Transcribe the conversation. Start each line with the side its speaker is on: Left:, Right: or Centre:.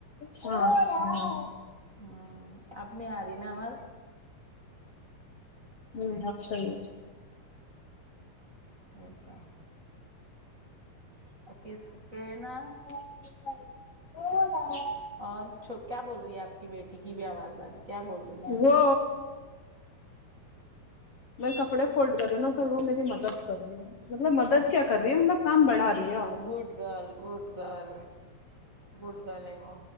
Left: ہ اچھا
Right: ہن اب نھ آرہی نا آواز
Left: نہیں اب صحیح ہے
Right: ا توا کسکینا
Left: ہ <unintelligible>
Right: اور چھو کیا بول رہی ہے آپ کی بیٹی کی بھی آواز آرہی کیا بول رہی ہے
Left: وہ میں کپڑے فولڈ کر رہی ہوں نا تو وہ میری مدد کر رہی ہے مطلب مدد
Right: اچھا
Left: کیا کر رہی ہے مطلب کام بڑھا رہی ہے اور
Right: good girl good girl good girl ہے وہ